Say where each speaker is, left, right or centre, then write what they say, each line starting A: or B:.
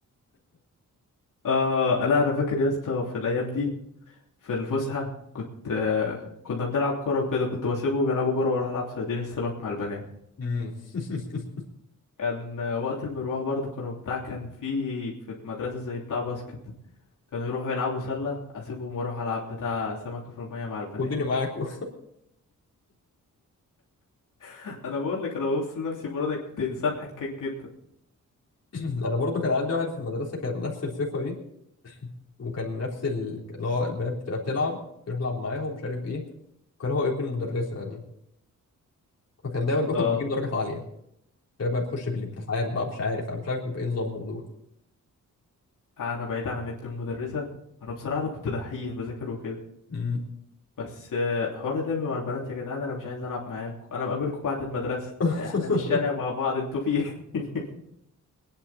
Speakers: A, on the left; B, on the left.
A: اه لا انا فاكر يا اسطى في الايام دي في الفسحة كنت آه كنا بنلعب كورة وكده كنت بسيبهم يلعبوا كورة واروح العب صيادين السمك مع البنات
B: امم <laughs>
A: كان آه، وقت المروح برضو كانوا بتاع كان في في المدرسة زي بتاع باسكت كانوا يروحوا يلعبوا سلة اسيبهم واروح العب بتاع سمكة في المية مع البنات
B: خدوني معاكم
A: <laughs> انا بقول لك انا ببص لنفسي بره انا كنت انسان حكاك جدا
B: <clears throat> انا برضو كان عندي واحد في المدرسه كان نفس الصفه دي وكان نفس ال- اللي هو البنات بتبقى بتلعب يروح يلعب معاهم مش عارف ايه وكان هو ابن المدرسه يعني فكان دايما بياخد
A: اه
B: بيجيب درجات عاليه يعني بقى بخش بالامتحان بقى مش عارف انا مش عارف بيبقى ايه نظامهم دول
A: انا بعيد عن ابن المدرسه انا بصراحه انا كنت دحيح بذاكر وكده
B: امم
A: بس آه، حوار اللعب مع البنات يا جدعان انا مش عايز العب معاكم انا بقابلكم بعد المدرسه
B: <laughs>
A: احنا في الشارع مع بعض انتوا في ايه <laughs>